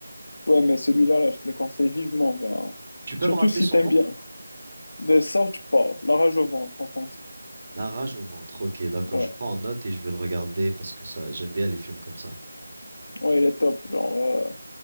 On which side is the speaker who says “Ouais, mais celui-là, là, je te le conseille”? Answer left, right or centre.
Left